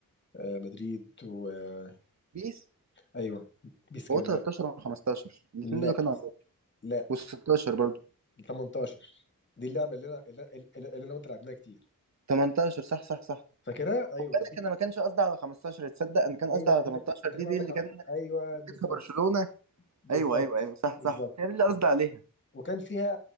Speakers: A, on the left (about 35°); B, on the right (about 50°).
A: آه، مدريد و آه،
B: بيس
A: ايوه بيس كام
B: هو 13
A: بقى
B: و15 الاثنين
A: لا
B: دول كانوا عندهم
A: لا
B: وال16 برضه
A: 18 دي اللعبه اللي انا اللي, اللي اللي انا وانت لعبناها كتير
B: 18 صح صح صح
A: فاكرها ايوه
B: خد بالك
A: دي
B: انا ما كانش قصدي على 15 تصدق انا كان قصدي
A: ايوه
B: على 18
A: انت انت
B: دي
A: كان
B: دي
A: قصدك
B: اللي
A: ع-
B: كان
A: ايوه بالظبط
B: كسبها برشلونة
A: بالظبط
B: ايوه ايوه ايوه صح
A: بالظبط
B: صح هي دي اللي قصدي عليها
A: وكان فيها